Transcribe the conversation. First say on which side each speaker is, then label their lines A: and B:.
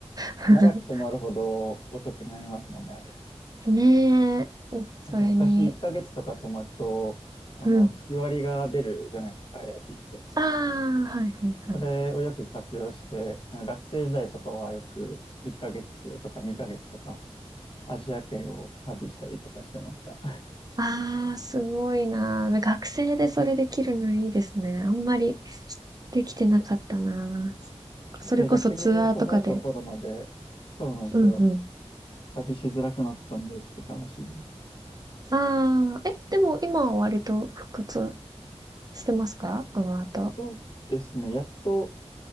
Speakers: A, on the right; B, on the left.
A: <laughs>
B: 長く泊まるほどお得になりますもんね、あれ。
A: ねえ、<laughs>
B: なんか昔1ヶ月とか泊まると、
A: それに、
B: あの、
A: うん。
B: 月割りが出るじゃないですか、エアビーって。
A: ああ、はいはいはい。
B: それをよく活用して、あの学生時代とかはよく1ヶ月とか2ヶ月とかアジア圏を旅したりとかしてました。
A: ああ、すごいなー。学生でそれできるのいいですね。あんまりできてなかったなー。
B: <laughs>
A: それこそツアーとかで。
B: いや、逆にその後コロナで、そうなんですよ。
A: うんうん。
B: 旅しづらくなったんで、ちょっと悲しいです。
A: ああ、え、でも今は割と復活してますかこの後。
B: そうですね、やっと、